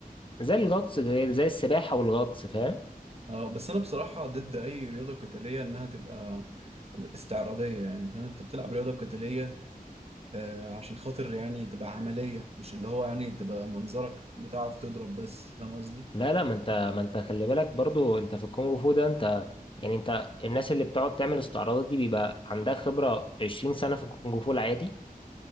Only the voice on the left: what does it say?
زي الغطس زي زي السباحه والغطس فاهم
لا لا ما انت ما انت خلي بالك برضو انت في الكونغ فو ده انت يعني انت الناس اللي بتقعد تعمل استعراضات دي بيبقى عندها خبره 20 سنه في الكونغ فو العادي